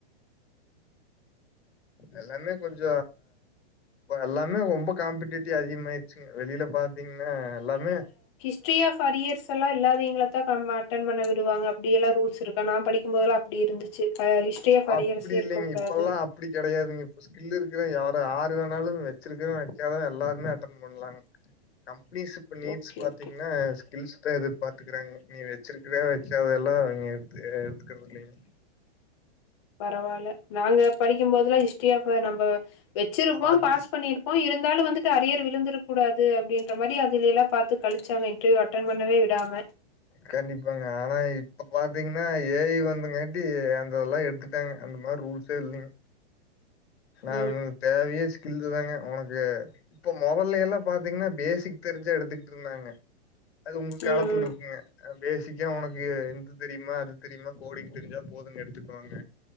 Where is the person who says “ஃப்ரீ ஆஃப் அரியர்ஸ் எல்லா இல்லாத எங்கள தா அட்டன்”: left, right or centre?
Left